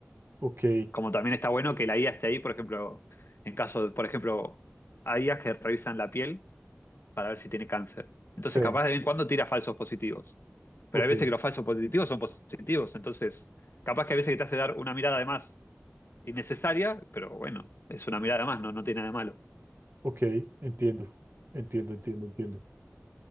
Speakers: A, on the right; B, on the left.
A: ok,
B: Como también está bueno que la IA esté ahí, por ejemplo, en caso, de- por ejemplo, hay IAs que revisan la piel para ver si tiene cáncer. Entonces,
A: sí,
B: capaz de vez en cuando tira falsos positivos. Pero
A: ok,
B: hay veces que los falsos positivos son positivos. Entonces, capaz que hay veces que te hace dar una mirada de más innecesaria, pero bueno, es una mirada más, no, no tiene nada de malo.
A: ok, entiendo, entiendo, entiendo, entiendo.